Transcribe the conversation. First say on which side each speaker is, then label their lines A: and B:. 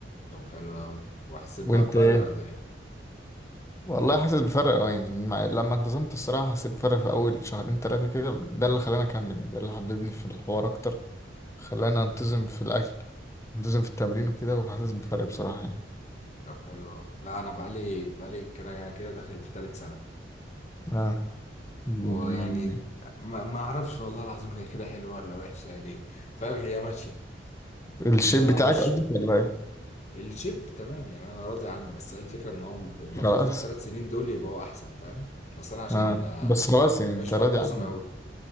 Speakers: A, on the left; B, on the left.
A: طب حلو قوي وحسيت
B: وأنت
A: بقى بفرق
B: إيه؟
A: ولا ايه
B: والله حاسس بفرق اه يعني مع- لما انتظمت الصراحة حسيت بفرق في أول شهرين تلاتة كده ده اللي خلاني أكمل يعني ده اللي حببني في الحوار أكتر خلاني أنتظم في الأكل أنتظم في التمرين وكده وحاسس بفرق بصراحة يعني
A: طب حلو قوي لا انا بقالي بقالي كده كده داخل في تالت سنه
B: اه م-
A: ويعني ما ما اعرفش والله العظيم هي كده حلوه ولا وحشه يعني فاهم هي ماشيه
B: الشيب
A: لان انا
B: بتاعك
A: مش
B: قصدك ولا إيه؟
A: الشيب تمام يعني انا راضي عنه بس هي الفكره ان هو المفروض
B: خلاص
A: في الثلاث سنين دول يبقوا احسن فاهم بس انا عشان
B: اه
A: آه،
B: بس خلاص يعني
A: مش
B: انت راضي
A: بنتظم
B: عني
A: قوي